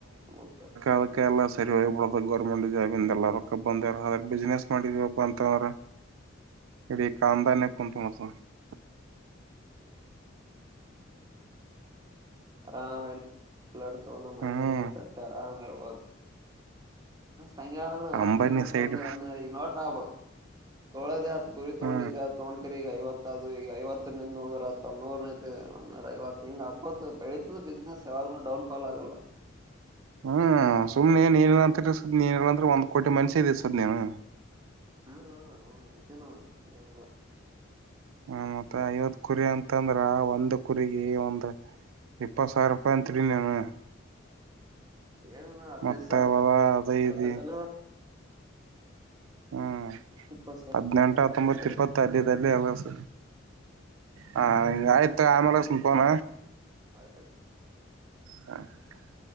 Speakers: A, on the right (about 20°); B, on the right (about 85°).
A: ನಂತ
B: ಅದಕ್ಕೆಲ್ಲ ಸರಿಯಬ ಬಿಡದ ಗೌರ್ಮೆಂಟ್ ಜಾಬ ಇಂದ ಎಲ್ಲಕ ಬಂದಾರದ ಬಿಸ್ನೆಸ್ ಮಾಡಿದೀವಪ್ಪ ಅಂತಂದ್ರ. ಇಡ ಕಾಂದನ ಕುಟುಸ. <unintelligible>
A: ಅರಾಮ್ ಎಲ್ಲ ಎಲ್ಲಡ್ತೋೊಂಡು ಮನೆಗಿನ
B: ಹ್ಮ್
A: ಕಟ್ಟಅರಾಮ್ ಇರ್ಬಹದು. ಸಂ ಆದಣ ಒಂದ
B: ಅಂಬಾನಿ ಸೈಡ್
A: ಒಂದ ಒಂದ ಈಗ ನೋಡ್ರ ಆಗ್ಬೋದು ತೊಳೋದ ಆತ. ರಿ ತಗೊಂಡಿದ್ದಿದೆ
B: ಹ್ಮ್
A: ಆ ತೋ ಈಗ ಐವತ್ತದು ಈಗ ಐವತ್ತ ನಿಂದ ನೂರ ಒೂರ ಐವತ್ತು ಹಿಂಗ್ ಹಕತ್ ಬೆಳಿತತದ. ಬಿಸಸಿನಸ್ ಯಾವದೂ ಡೌನ್ ಫಲ್ ಆಗಲ್ಲ.
B: ಮ್ಮ್. ಹ್ಮ್ ಸುಮ್ನೆನ್ ನೀನಂತ ನೀನಲ್ಲ ಅಂದ್ರೆ ಒಂದ್ ಕೋಟಿ ಮನ್ಷಿ ಇದ ಸದ್ ನೀನು.
A: ಹ್ಮ ಹ ಹ ಇದುನ್ನ. <unintelligible>
B: ಹ್ಮ ಮತ್ತೆ ಐವತ್ ಕುರಿ ಅಂತಂದ್ರ ಒಂದ್ ಕುರಿ. ಏ ಒಂದ ಇಪ್ಪ ಸಾವಿ ರೂಪಾಯ ಅಂತರಿ ನೀನು.
A: ಏನಿಲ್ಲ ಹದ್ನೈದ್
B: ಮತ್ತೆ
A: ಸಾವಿರ
B: ಅವಲ್ಲ
A: ರೂಪಾಯಿ
B: ಅದೇ ಇದೆ.
A: ರೂಪಾಯಿ ತನ
B: ಹ್ಮ್
A: ಹತ್ತ್ ಇಪ್ಪತ್ ಸಾವಿರ
B: ಹದ್ನೆಂಟು
A: ರೂಪಾಯಿ ತನ
B: ಹತ್ತೊಂಬತ್ತ
A: ಅದಾವ
B: ಇಪ್ಪತ್ತಲ್ಲಿಲ್ಲಿ ಎಸ. ಹಾ ಈಂಗ ಆಯ್ತ್ ಆಮಲಸನ್ ಪೋನ.
A: ಅದತ <inaudible>
B: ಹಾ <inaudible>